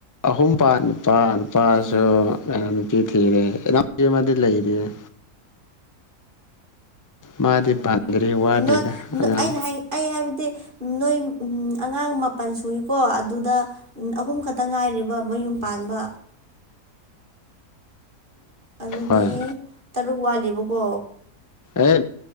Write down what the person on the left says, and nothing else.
ꯑꯍꯨꯝꯄꯥ ꯅꯨꯄꯥ ꯅꯨꯄꯥꯁꯨ
ꯊꯗꯦꯗꯤ ꯂꯩꯔꯤꯌꯦꯦ ꯃꯥꯗꯤ
ꯄꯥꯟꯗ꯭ꯔꯤ ꯋꯥꯗꯨꯗ
ꯑꯉꯥꯡ
ꯍꯣꯏ
ꯑꯦ